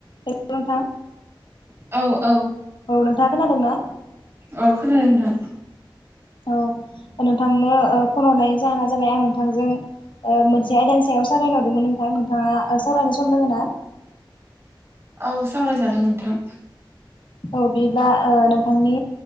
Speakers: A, on the left (about 70°); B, on the right (about 30°).
A: <inaudible> थां
B: औ औ
A: औ नोंथाङा खोनादोंना
B: औ खोनादों नोंथां
A: औ नोंथांनो फन हरनायनि जाहोना जाबाय आं नोंथांजों ओ मोनसे आयदानि सायाव सावरायनो हरदोंमोन नोंथां नोंथाङा सावरायनो सम दोङो ना
B: औ सावरायजागोन नोंथां
A: औ बिब्ला ओ नोंथांनि